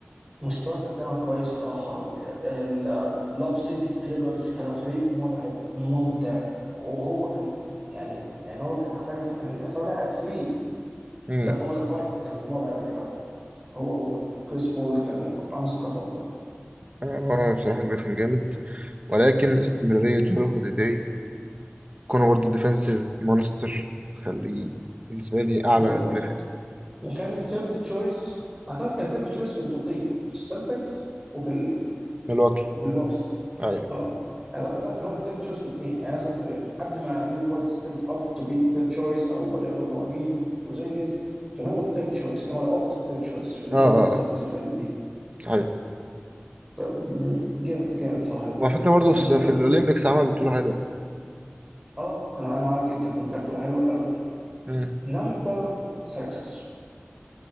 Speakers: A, on the right; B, on the right.
A: مستواه كان دايما كويس صراحة ال- لاب سيتي كليبرز كانوا فريق مرعب ممتع وهو كان يعني يعني هو كان حرفيا كان يعتبر لاعب 3
B: مم.
A: لا 4 ولا 5 كان مرعب يا جدع هو وكريس بول كانوا انستوبابل
B: آه بصراحة جريفن جامد ولكن استمرارية جارو هوديداي كونه برضه ديفنسيف مونستر تخليه بالنسبة لي أعلى
A: بالظبط
B: من جريفن
A: وكان الثيرد تشويس اعتقد كان الثيرد تشويس في البطولتين في السلتكس وفي
B: ملواكي
A: وفي البوكس
B: أيوة
A: اه يعني اعتقد اعتقد كان هو الثيرد تشويس في الاثنين يعني مثلا في قبل ما دويك وايت ستيبت اب تو بي ذا ثيرد تشويس او وات ايفر هو مين وزنجز كان هو الثيرد تشويس كان هو الاوفرز ثيرد تشويس في البطوله
B: آه آه
A: بتاعت السلتكس
B: آه،
A: اللي فاتت دي
B: صحيح
A: فجامد جامد الصراحه لدي
B: وعلى فكرة برضه
A: مع
B: س-
A: انه
B: في
A: مع إنه
B: الأولمبيكس
A: كان
B: عمل بطولة حلوة
A: اه انا انا معاك جدا في كانت بطوله حلوه قوي
B: مم.
A: نمبر 6